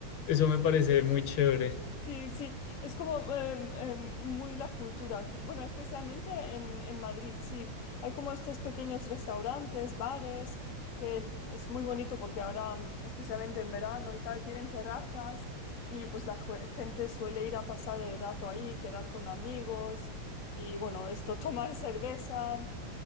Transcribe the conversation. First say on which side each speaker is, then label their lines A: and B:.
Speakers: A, on the left; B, on the left.
A: eso me parece muy chévere.
B: Sí, sí, es como em, em, muy la cultura aquí. Bueno, especialmente en, en Madrid, sí. Hay como estos pequeños restaurantes, bares, que es muy bonito porque ahora, mm, especialmente en verano y tal, tienen terrazas y pues la jue- gente suele ir a pasar el rato ahí, quedar con amigos y bueno, esto, <laughs> tomar cerveza.